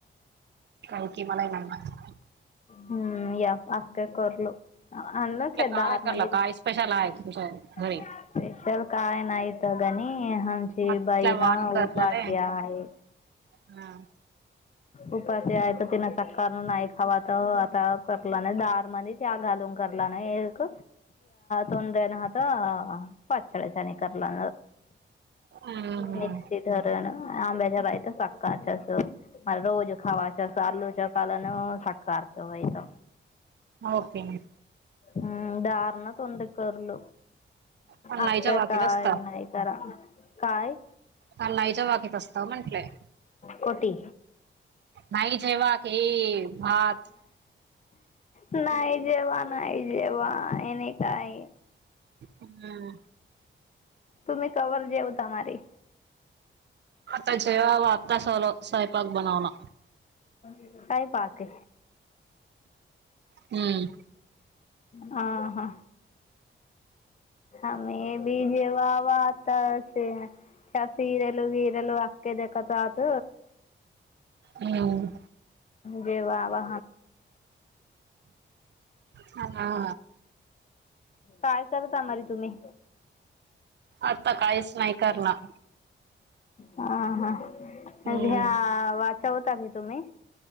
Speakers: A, on the right; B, on the left.
A: काय की? मला ही नाही माहित.
B: हम्म या करलो आ
A: तिथलं
B: तेध
A: काय
B: आर
A: करला
B: मणी
A: काय स्पेशल आहे तुमच्या घरी
B: स्पेशल काय नायत गणी आमची
A: मग तिथल्या
B: बाई
A: वान
B: ना
A: करलेलं
B: उपासी आहे
A: हम्म
B: उपाशी आहे तर तिन साकार नाही खावा तर आता कला नाही दार त्या घालून करला ना एक तोंयानात पाचळ्या चणी करला
A: हम्म
B: मिकस दरण आंबेजरा आय ते सकााचस म रोजू खवाचस आल्लू चोकान सकाा चोयत
A: ओके म
B: हम्म डार ना तुंद कररल
A: पण नाहीच्या
B: अकाय
A: बाकीत
B: का
A: असता
B: ये नाहीय कारा काय
A: कानाईच्या बागेत असत म्हंटलंय
B: कोटी
A: नाही जेव्हा की भात
B: नाही जेव नाही जेव हेने काय
A: हम्म
B: तुमी कववर जेव तारी
A: आता जवा अता सवला सायपाक बनवला
B: काय पाके
A: हम्म
B: ह हा आे बी जेव वातास सिरेलो गिरेल के देखतात
A: हम्म
B: जे वा वा
A: हा
B: काय करत आमारी तुम्ही
A: आता काहीच नाही करणार
B: ह हा
A: हम्म
B: घ्या वाचवता की तुम्ही